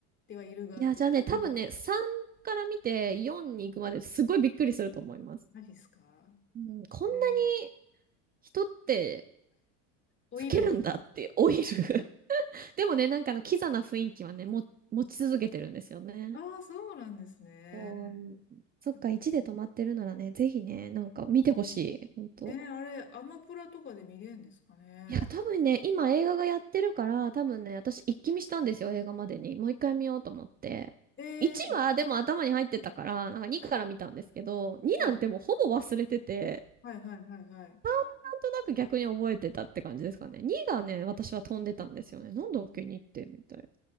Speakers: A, on the left; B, on the right.
A: てはいるがっていう。
B: いや、じゃあね、多分ね、
A: うん
B: 3から見て4に行くまですごいびっくりすると思います。
A: マジっすか
B: うん、こんなに
A: えー、
B: 人って
A: 老いるの
B: 老けるんだって老いる
A: <laughs>
B: <laughs> でもね、なんかあのキザな雰囲気はね、も、持ち続けてるんですよね。
A: ああー、そうなんですね。
B: おーそっか、
A: やっぱね
B: 1で止まってるならね、ぜひね、なんか見てほしい。本当。
A: あれ、アマプラとかで見れるんですかね。
B: いや、多分ね、今映画がやってるから、多分ね、私一気見したんですよ、映画までに。もう一回見ようと思って。
A: えー、
B: 1はでも頭に入ってたから、なんか2から見たんですけど、2なんてもうほぼ忘れてて、
A: はい、はいはいはいはい。
B: なんとなく逆に覚えてたって感じですかね。2がね、私は飛んでたんですよね。なんだっけ、2ってみたい。